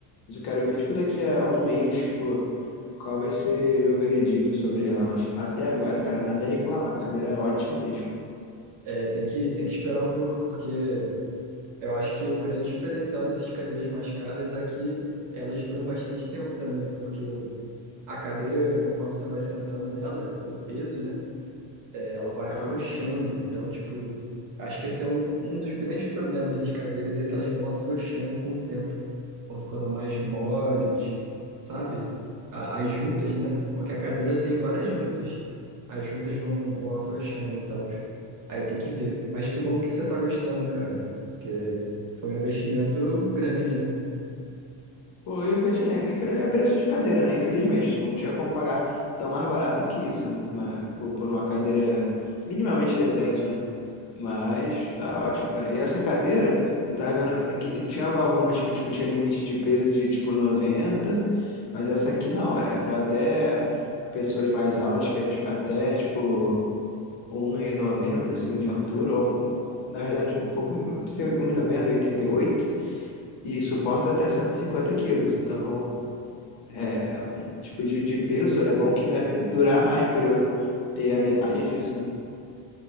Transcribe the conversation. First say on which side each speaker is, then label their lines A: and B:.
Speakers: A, on the left; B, on the right.
A: Mas eu quero ver, tipo, daqui a um mês, pô, qual vai ser meu veredito sobre ela. Mas até agora, cara, nada a reclamar. A cadeira é ótima mesmo.
B: É, tem que, tem que esperar um pouco, porque eu acho que o grande diferencial dessas cadeiras mais caras é que elas duram bastante tempo também, porque a cadeira, conforme você vai sentando nela, o peso, né, é, ela vai
A: Aham.
B: afrouxando. Então, tipo, acho que esse é um, um dos grandes problemas das cadeiras, é que elas vão afrouxando com o tempo. vão ficando mais moles, sabe? A- As juntas, né? Porque a cadeira tem várias juntas. As juntas vão, vão afrouxando e tal. Aí tem que ver. Mas
A: Sim.
B: que bom que você tá gostando, cara. Porque foi um investimento grande, né?
A: Pô, eu falei, é, infel- é preço de cadeira, né? Infelizmente, tipo, não tinha como pagar tão mais barato que isso, né? Mas, por, por uma cadeira minimamente decente, né? Mas tá ótimo, cara. E essa cadeira, eu tava vendo é, que tem- tinha al- algumas que tipo, tinha limite de peso de tipo noventa mas essa aqui não, é pra até pessoas mais altas, acho que é ti- até tipo um e noventa assim de altura, ou na verdade um pouco, não sei, um e noventa oitenta e oito e suporta até 150 quilos, então. É, é um tipo de, de peso, é bom que deve durar mais para eu ter a metade disso, né?